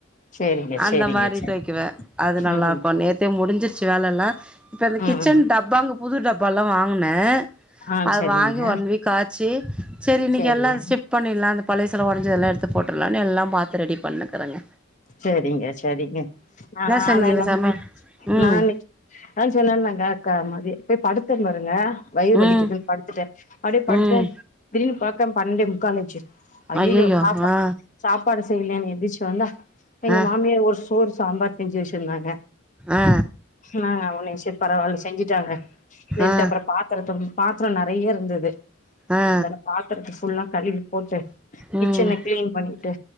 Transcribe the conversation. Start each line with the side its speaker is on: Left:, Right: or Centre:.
Left: சேரிங்க
Centre: அந்த
Left: சேரிங்க
Centre: மாரி
Left: சேரி
Centre: துவைக்குவே அது நல்லா
Left: ம்
Centre: இருக்கு நேத்தே முடிஞ்சிர்ச்சி வேலல்லா இப்ப இந்த
Left: ம்
Centre: கிச்சன்
Left: ம்
Centre: டப்பாங்க புது டப்பால்லா வாங்குனே
Left: ஆ
Centre: அது
Left: சரிங்க
Centre: வாங்கி ஒன் வீக் ஆச்சி சரி இன்னிக்கு
Left: சேரிங்க
Centre: எல்லா ஸ்டெப் பண்ணிட்லா அந்த பழையசல உடைஞ்சதல்லா எடுத்து போட்றுலான்னு எல்லா மாத்து ரெடி பண்ணுக்குறங்க
Left: சரிங்க சரிங்க நானநா
Centre: செஞ்சீங்க சமையல் ம்
Left: நானே நா சொன்னேன்லாங் கா கா மதி போய் படுத்தினுருங்க வயிறு வலிக்குதுன்
Centre: ம்
Left: படுத்துட்டே அடியே படுத்துடன்
Centre: ம்
Left: திடீனு பாக்கம் பன்னெண்டே முக்கால் அச்சு அய்யைய்யோ
Centre: ஐயையோ
Left: சாப்பா
Centre: ஆ
Left: சாப்பாடு செய்லேன்னு எந்திர்ச்சு வந்தா எங்க
Centre: ஆ
Left: மாமியார் ஒரு சோற் சாம்பார் செஞ்சு வச்சிருந்தாங்க
Centre: ஆ
Left: நாங்க முனேஷர் பரவால்ல செஞ்சுட்டாங்க சரின்ட்டு
Centre: ஆ
Left: அப்ற பாத் தரத்தும் பாத்ரம் நெறையா இருந்தது
Centre: ஆ
Left: அந்தால்ல பாத்ரத்த ஃபுல்லா கழுவி போட்டு
Centre: ம்
Left: கிச்சன க்ளீன் பண்ணிட்டு